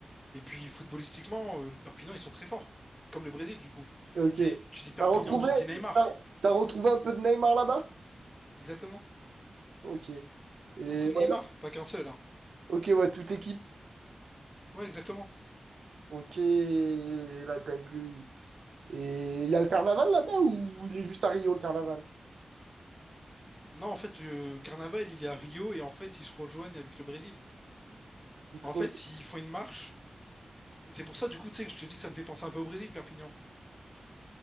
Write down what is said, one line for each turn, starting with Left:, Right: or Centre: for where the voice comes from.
Left: Et puis footballistiquement, euh, le Perpignan, ils sont très forts, comme le Brésil du coup.
Right: Ok.
Left: Tu sais, tu dis Perpignan,
Right: T'as retrouvé,
Left: tu dis Neymar,
Right: t'as, t'as retrouvé un peu de Neymar là-bas?
Left: exactement.
Right: Ok. Et
Left: Beaucoup de
Right: voilà.
Left: Neymar, pas qu'un seul, hein.
Right: Ok, ouais, toute l'équipe.
Left: Ouais, exactement.
Right: Ok, la dinguerie. Et il y a le carnaval là-bas ou il est juste à Rio le carnaval?
Left: Non, en fait, le carnaval, il est à Rio et en fait, ils se rejoignent avec le Brésil.
Right: Il se
Left: En
Right: re...
Left: fait, ils font une marche. Et c'est pour ça, du coup, tu sais, que je te dis que ça me fait penser un peu au Brésil, Perpignan.